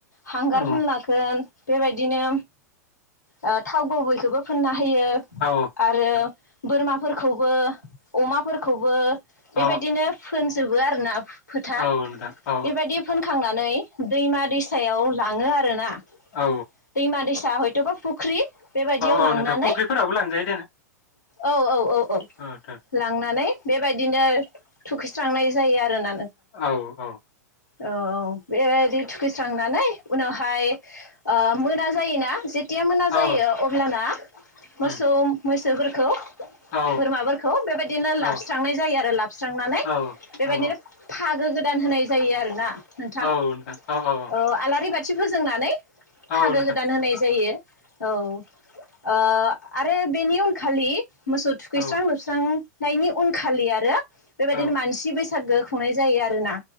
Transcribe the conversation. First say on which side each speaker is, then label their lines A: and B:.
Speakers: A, on the left (about 80°); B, on the left (about 45°).
A: हांगार
B: औ
A: फोनलागोन बेबायदिनो ओ थावगुबैखौबो फुनना होयो
B: नोंथां औ
A: आरो बोरमा फोरखौ बो अमाफोरखौबो बेबायदिनो
B: औ
A: फोनजोबो आरो। फोरनाव फोथा
B: औ नोंथां औ
A: बेबायदि फोनखा थांनानै दैमा दैसायाव लाङो आरो ना।
B: औ
A: दैमा दैसा था हयथबा प्रुब फुख्रि बेबायदियाव
B: औ
A: लांनानै
B: नोंथां फुख्रिफोरावबो लांजायो
A: औ औ औ औ।
B: ओ थो
A: लांनानै बेबायदिनो थुखैस्रांनाय जायो आरो ना
B: औ औ
A: औ औ बे थुखैस्रांनानै उनावहाय ओ मोना जायोना जे खुथिया मोना
B: औ
A: जायो
B: औ
A: अब्लाना
B: उम
A: मोसौ मो सौफोरखौ
B: औ
A: बोरमाफोरखौ बेबायदिनो
B: औ
A: लाबस्रांनाय जायो आरो लाबस्रांनानै
B: औ
A: बेबायदिनो
B: औ
A: फागो गोदान होनाय जायो आरो ना नोंथां
B: औ नोंथां औ
A: ओ आलारि बाद बाथि फोजोंनानै
B: औ
A: फागो
B: नोंथां
A: गोदान होनाय जायो औ ओ आरो बेनि उनखालि मोस थुखैस्रां
B: औ
A: लोबस्रां नायनि उनखालि आरो बेबायदिनो
B: औ
A: मानसि बैस बैसागो खुंनाय जायो आरोना